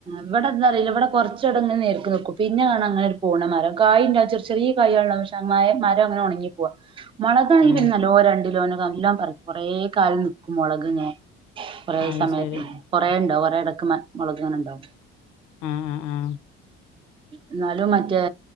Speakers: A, on the right (about 20°); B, on the left (about 70°).
A: ഇവിടെന്താ അറിയില്ല ഇവിടെ കൊറച്ച് ഇടങ്ങ നേർക്ക് നിക്കും പിന്നെ കാണ അങ്ങനെ പോണമരം കായ്ണ്ടവച്ച ഒരു ചെറി ചെറി കായ് ണ്ട പക്ഷെ മായം മരം അങ്ങനെ ഒണങ്ങിപ്പോവാ മൊളകാണെങ്കി
B: ആ
A: പിന്നെ നല്ലോ രണ്ടിലോനൊ നല്ലം പറ കുറേ കാലം നിക്കും മൊളകിങ്ങനാ കുറെ
B: അത്
A: സമയത്ത്
B: ശരി
A: കൊറേ ഇണ്ടാവും കൊറെ ഇടക്ക് മൊളക് ഇണ്ടാവും
B: ആഹ് ആഹ് ആഹ്
A: ഇന്നാലും മറ്റേ